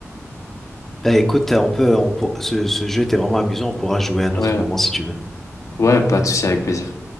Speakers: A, in the centre; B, on the left (about 80°).
A: Eh, écoute, euh, on peut, on pour- ce, ce jeu était vraiment amusant, on pourra jouer à un
B: Ouais,
A: autre moment si tu veux.
B: ouais, pas de souci, avec plaisir.